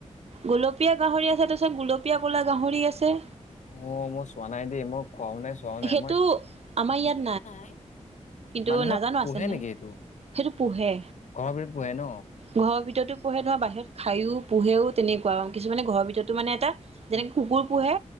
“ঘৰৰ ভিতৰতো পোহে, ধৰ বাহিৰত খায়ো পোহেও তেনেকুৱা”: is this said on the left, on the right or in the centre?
Right